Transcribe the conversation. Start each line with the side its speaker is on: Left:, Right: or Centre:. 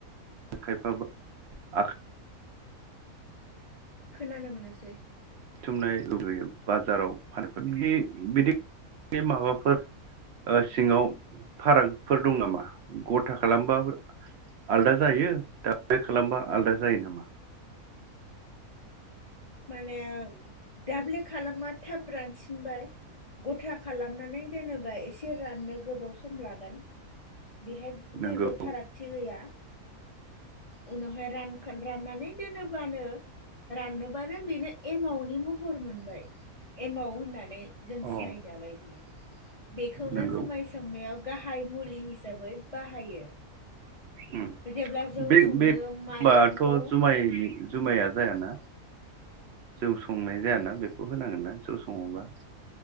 Right: खायफाबा आखाइ
Left: खोनानो मोनासै
Right: बुथुमनाय लुबैयो बाजाराव फफोर बि बिदि माबाफोर सिङाव फारागफोर दं नामा गथा खालामबा आलादा जायो दाब खालामबा आलादा जायो नामा?
Left: माने दाब्ले खालामबा थाब रानसिनबाय गथा खालामनानै दोनोबा एसे राननो गोबाव सम लागोन। बेहाय जेबो
Right: नंगौ
Left: फारागथि गैया उनावहाय रानखोन राननानै दोनो बानो रान बेनो एमाव अ'नि महर मोनबाय एमाव होननानै जों
Right: अ
Left: सिनायजाबाय बेखौनो
Right: नंगौ
Left: जुमाय संनायाव गाहाय मुलि हिसाबै बाहायो।
Right: ओम
Left: जेब्ला जौ
Right: बे-बे-बाथ'
Left: संनो माइरंखौ
Right: जुमाय जुमाया जायाना? जौ संनाय जायाना बेखौ होनांगोन ना जौ सङोबा